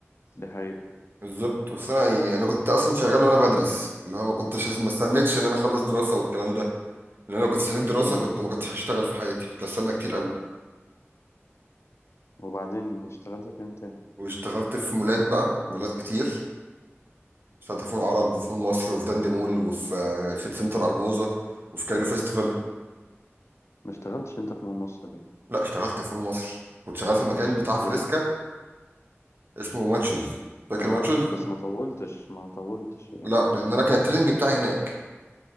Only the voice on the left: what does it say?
دي حقيقة
امم
وبعدين اشتغلت فين تاني
ما اشتغلتش انت في مول مصر دي
في ايه؟
اه
بس ما طولتش ما طولتش يعني